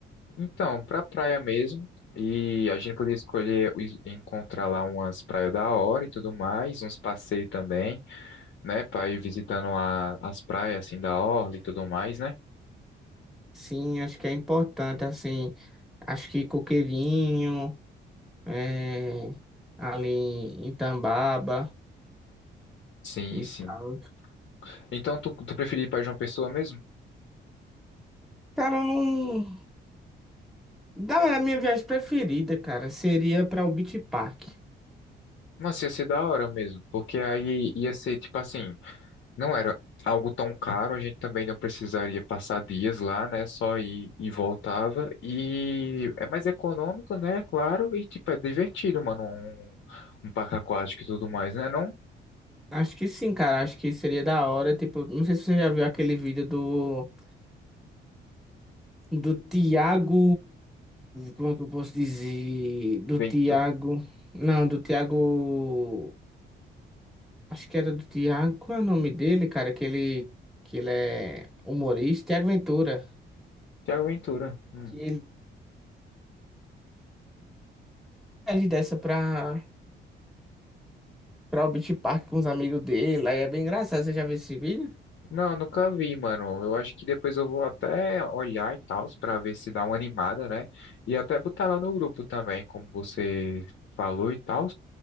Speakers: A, on the left (about 65°); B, in the centre.
A: Então, pra praia mesmo. E a gente podia escolher e- encontrar lá umas praias da hora e tudo mais, uns passeios também, né? Pra ir visitando a- as praias assim da orla e tudo mais, né?
B: Sim, acho que é importante, assim, acho que Coqueirinho, é, ali em Tambaba.
A: Sim,
B: e
A: sim.
B: tal.
A: Então, tu, tu preferia ir pra João Pessoa mesmo?
B: Cara, eu não. Da verdade, a minha viagem preferida, cara, seria pra o Beach Park.
A: Nossa, ia ser da hora mesmo, porque aí ia ser tipo assim. Não era algo tão caro, a gente também não precisaria passar dias lá, né? Só ir e voltava. E é mais econômico, né? Claro, e tipo, é divertido, mano. Um, um parque aquático e tudo mais, né? Não?
B: Acho que sim, cara. Acho que seria da hora. Tipo, não sei se você já viu aquele vídeo do. Do Tiago. Como é que eu posso dizer? Do
A: Ventura.
B: Tiago. Não, do Tiago. Acho que era do Tiago. Qual é o nome dele, cara? Que ele. Que ele é humorista. Tiago Ventura.
A: Tiago Ventura. Hum.
B: Que ele ele desce pra. Pra o Beach Park com os amigos dele. Aí é bem engraçado. Você já viu esse vídeo?
A: Não, nunca vi, mano. Eu acho que depois eu vou até olhar e tal, pra ver se dá uma animada, né? E até botar lá no grupo também, como você falou e tal.